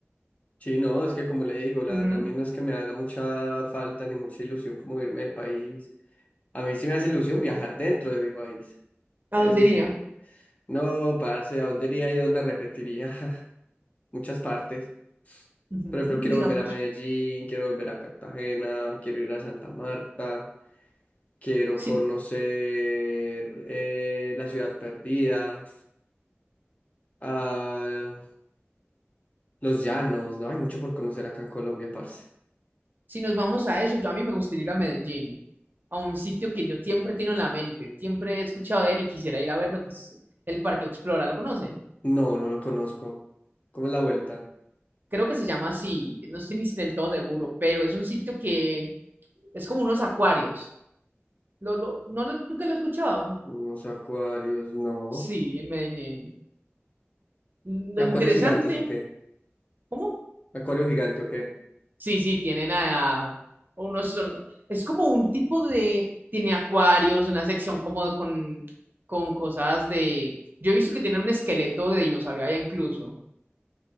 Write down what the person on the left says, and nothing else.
Sí, no, es que como le digo, la
verdad a mí no es que me haga mucha falta ni mucha ilusión como irme del país. A mí sí me hace ilusión viajar dentro de mi país.
Eso
sí. No, parce, ¿a dónde iría y dónde repetiría? <laughs> Muchas partes.
Por ejemplo, quiero
volver a Medellín, quiero volver a Cartagena, quiero ir a Santa Marta, quiero
conocer eh, la ciudad perdida. Ah, Los Llanos, ¿no? Hay mucho por conocer acá en Colombia, parce.
No, no lo conozco. ¿Cómo es la vuelta?
Unos acuarios, no.
¿Y ¿Acuarios
gigantes o qué?
¿Acuario gigante o qué?